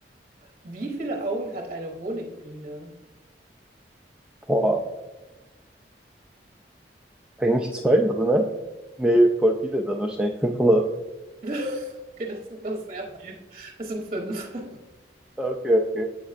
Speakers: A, on the right; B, in the centre.
A: Wie viele Augen hat eine Honigbiene?
B: Boah, eigentlich zwei, oder ne? Nee, voll viele dann wahrscheinlich. 500.
A: <laughs> Okay, das, sind- das ist sehr viel. Es sind fünf. <laughs>
B: Ah, Okay, okay.